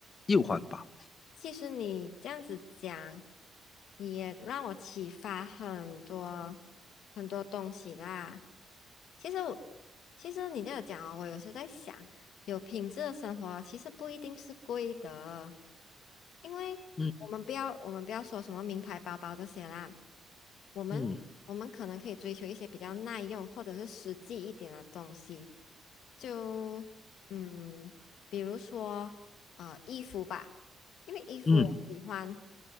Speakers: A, on the left; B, on the left.
A: 又环保。
B: 其实你这样子讲，你也让我启发很多很多东西啦。其实我，其实你这样讲哦，我有时候在想，有品质的生活其实不一定是贵的，因为我们不要我们不要说什么名牌包包这些啦，
A: 嗯
B: 我们我们可能可以追求一些比较耐用或者是实际一点的东西，
A: 嗯
B: 就嗯，比如说呃衣服吧。因为衣服我喜欢
A: 嗯